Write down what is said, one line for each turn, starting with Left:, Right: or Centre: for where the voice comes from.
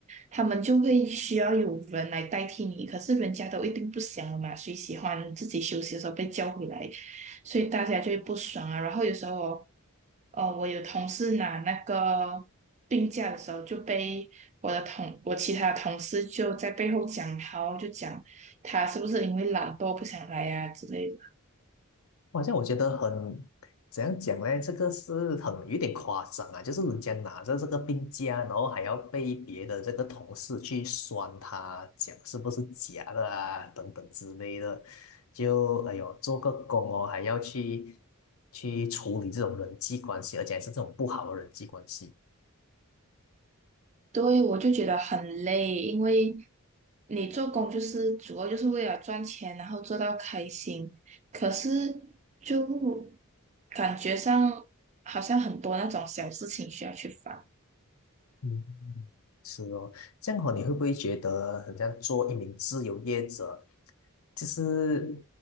Right: 他们就会需要有人来代替你，可是人家都一定不想了嘛，谁喜欢自己休息的时候被叫回来？所以大家就会不爽啊。然后有时候我，呃，我有同事拿那个病假的时候，就被我的同我其他同事就在背后讲他哦就讲他是不是因为懒惰不想来呀、之类的。
Left: 好像我觉得很，怎样讲呢？这个是很有点夸张啊，就是人家拿着这个病假，然后还要被别的这个同事去酸他，讲是不是假的啊，等等之类的，就哎呦，做个工哦，还要去去处理这种人际关系，而且还是这种不好的人际关系。
Right: 对，我就觉得很累，因为你做工就是主要就是为了赚钱，然后做到开心。可是就感觉上好像很多那种小事情需要去烦。
Left: 嗯。是哦，这样哦，你会不会觉得很像做一名自由业者，就是